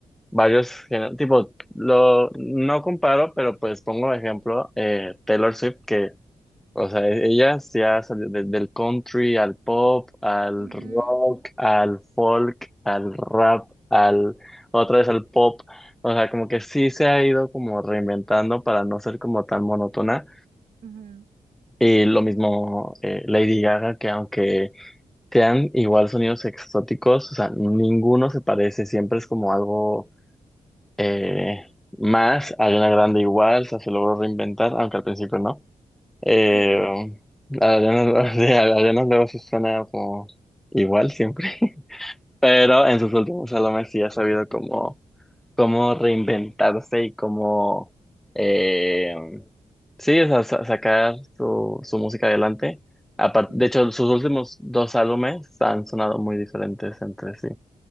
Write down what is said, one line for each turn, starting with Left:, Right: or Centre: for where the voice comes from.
Centre: varios, géner- tipo, lo, no comparo, pero pues pongo de ejemplo, eh, Taylor Swift, que O sea, e- ella se ha salido de- del country al pop, al
Right: Ujú.
Centre: rock, al folk, al rap, al otra vez al pop. O sea, como que sí se ha ido como reinventando para no ser como tan monótona.
Right: Ujú,
Centre: Y lo mismo eh, Lady Gaga, que aunque sean igual sonidos exóticos, o sea, ninguno se parece, siempre es como algo eh, más. Ariana Grande igual, o sea, se logró reinventar, aunque al principio no. Eh,
Right: Sí,
Centre: Adriana, <laughs> de Adriana luego sí suena como igual siempre, <laughs> pero en sus últimos álbumes sí ha sabido cómo, cómo reinventarse y cómo, eh, sí, o sea, sa- sacar su, su música adelante. Apar-
Right: sí.
Centre: de hecho, sus últimos dos álbumes han sonado muy diferentes entre sí,